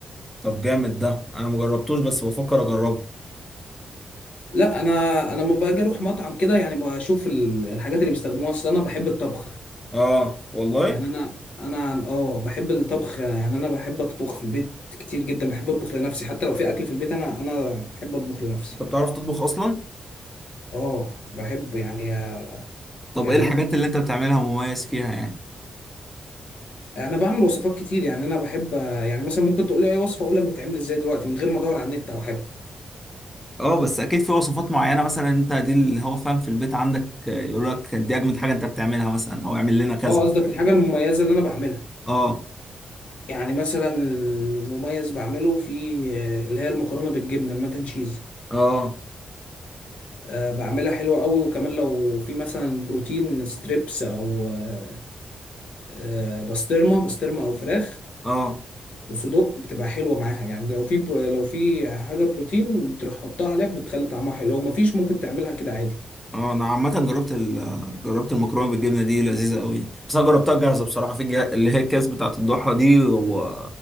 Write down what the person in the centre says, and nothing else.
طب جامد ده انا مجربتوش بس بفكر اجربه
اه والله
انت بتعرف تطبخ اصلا
طب
ايه الحاجات
اللي انت بتعملها مميز فيها يعني
اه بس اكيد في وصفات معينة مثلا انت دي اللي هو فاهم في البيت عندك آه، يقول لك دي اجمد حاجة انت بتعملها مثلا او اعمل لنا كذا
اه
اه
اه
اه انا عامة جربت ال... جربت المكرونة بالجبنة دي لذيذة قوي يعني بس انا جربتها جاهزه بصراحه في الج- اللي هي الكاس بتاعت الضحى دي و...